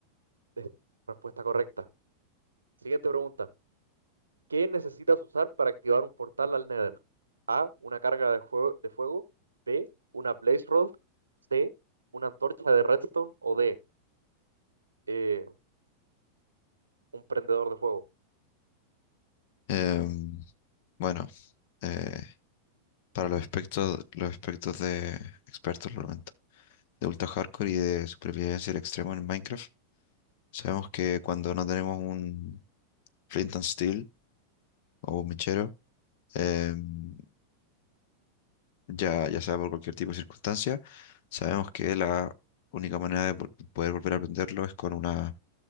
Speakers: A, on the right (about 75°); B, on the left (about 50°).
A: Es Respuesta correcta. Siguiente pregunta. ¿Qué necesitas usar para activar un portal al Nether? A, una carga de, jue- de fuego. B, una Blaze Rod. C, una antorcha de redstone. O D, eh, un prendedor de fuego.
B: Em, bueno, eh, para los aspectos, los aspectos de expertos, lo lamento, de ultra hardcore y de supervivencia al extremo en Minecraft, sabemos que cuando no tenemos un flint and steel o un mechero, em, ya, ya sea por cualquier tipo de circunstancia, sabemos que la única manera de po- poder volver a aprenderlo es con una